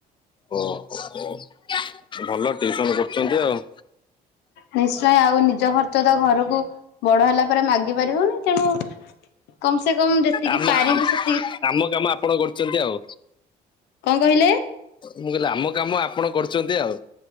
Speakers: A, on the left; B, on the left.
A: ଓହୋ ଭଲ ଟିଉସନ କରୁଛନ୍ତି ଆଉ।
B: ନିଶ୍ଚୟ ଆଉ ନିଜ ଖର୍ଚ୍ଚ ତ ଘରକୁ ବଡ ହେଲା ପରେ ମାଗି ପାରିବନି ତେଣୁ କମ ସେ କମ ଯେତିକି
A: ଆମ
B: ପାରିବୁ ସେ
A: ଆମ କାମ ଆପଣ କରୁଛନ୍ତି ଆଉ
B: କଣ କହିଲେ
A: ମୁଁ କହିଲି ଆମ କାମ ଆପଣ କରୁ ଛନ୍ତି ଆଉ।